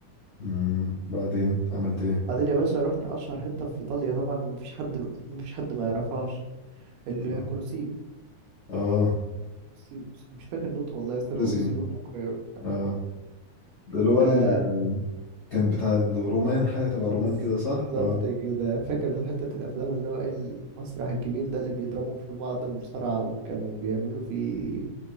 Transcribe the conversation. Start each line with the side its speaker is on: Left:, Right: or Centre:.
Left: مم. بعدين عملت إيه
Right: بعدين يا باشا رحت أشهر حتة في إيطاليا طبعا مفيش حد <laughs> مفيش حد ما يعرفهاش الكولوسيوم
Left: آه آه
Right: سيو- مش فاكر نطق والله يا اسطى
Left: كولوزيوم
Right: الكولوسيوم تقريبا
Left: آه ده اللي هو
Right: ده
Left: ال- كان بتاع الرومان حاجة تبع
Right: بالظبط
Left: الرومان كده صح؟ اه
Right: كده فاكر حتة الأفلام اللي هو إيه المسرح الكبير ده اللي بيضربوا في بعض مصارعة وكانوا بيعملوا فيه